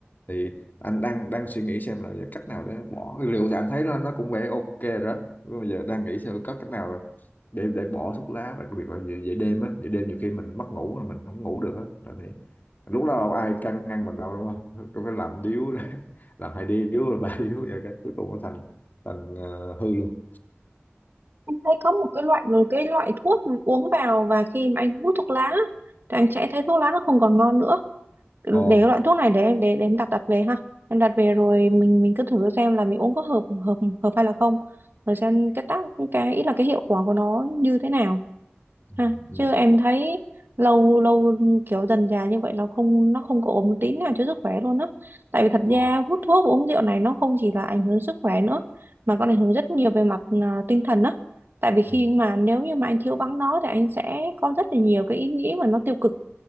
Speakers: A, on the left; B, on the right.
A: thì anh đang đang suy nghĩ xem là giờ cách nào để bỏ liệu thì anh thấy là nó cũng vẻ ok rồi đó Nhưng mà giờ đang nghĩ xem có cách nào để để bỏ thuốc lá đặc biệt là về, về đêm á về đêm nhiều khi mình mất ngủ là mình không ngủ được á là thì lúc đó đâu ai can ngăn mình đâu đúng không Cứ phải làm điếu <laughs> làm hai điếu rồi ba điếu vậy cái cuối cùng nó thành thành ờ, hư luôn
B: Anh thấy có một cái loại một cái loại thuốc uống vào và khi mà anh hút thuốc lá á, thì anh sẽ thấy thuốc lá nó không còn ngon nữa. Để
A: ngon
B: cái loại thuốc này để em để, để em đặt đặt về ha. Em đặt về rồi mình mình cứ thử xem là mình uống có hợp hợp hợp hay là không. Rồi xem cái tác cái ý là cái hiệu quả của nó như thế nào
A: ừ,
B: ha.
A: ừ.
B: chứ em thấy lâu lâu kiểu dần dà như vậy là không nó không có ổn một tí nào cho sức khỏe luôn á tại vì thật
A: Ờ,
B: ra hút thuốc và uống rượu này nó không chỉ là ảnh hưởng sức khỏe nữa mà còn ảnh hưởng rất nhiều về mặt à, tinh thần á tại vì
A: ừ.
B: khi mà nếu như mà anh thiếu vắng nó thì anh sẽ có rất là nhiều cái ý nghĩ mà nó tiêu cực